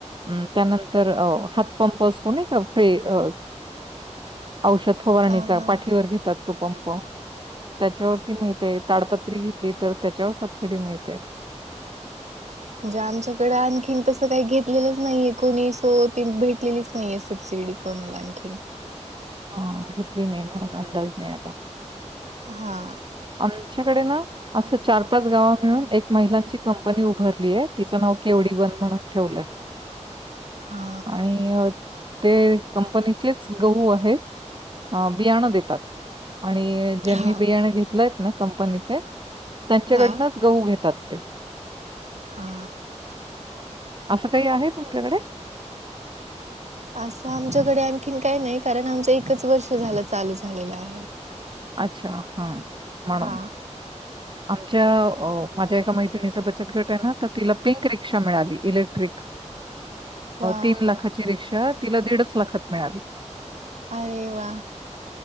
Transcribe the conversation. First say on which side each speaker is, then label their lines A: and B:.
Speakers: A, on the right (about 40°); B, on the right (about 65°).
A: त्यानंतर हातपंप असतो नाही का- <inaudible> औषध फवारणीचा
B: अ
A: पाठीवर घेतात, तो पंप त्याच्यावरती मी ते ताडपत्री तर त्याच्यावर सबसिडी मिळते.
B: म्हणजे आमच्याकडे आणखीन तसं काही घेतलेलंच नाहीये कोणी सो, त भेटलेलीच नाहीये सबसि- सिडी कोणाला आणखीन.
A: हा घेतली नाही, म्हणून अंदाज नाही आता-
B: हा
A: आमच्याकडे ना- असं चार पाच गाव मिळून एक महिलांची कंपनी उभारली आहे, तिचं नाव केवडी वन म्हणून ठेवलंय.
B: हा
A: आणि ते कंपनीचेच गहू आहेत. अ बियाणं देतात आणि ज्यांनी
B: हा
A: बियाणं घेत- कंपनीचे त्यांच्याकडून
B: हा
A: गहू घेतात ते.
B: हा.
A: असं काही आहे तुमच्याकडे?
B: असं आमच्याकडे आणखीन काही नाही, कारण आमचं एकच वर्ष झालं चालूच- झालेला आहे.
A: अच्छा हा. म्हणून
B: हा.
A: आमच्या माझ्या एका मैत्रिणीचा बचत गट आहे ना, तर तिला पिंक रिक्षा मिळाली इलेक्ट्रिक-
B: वा
A: तीन लाखाची रिक्षा तिला दीडच लाखात मिळाली.
B: अरे वा,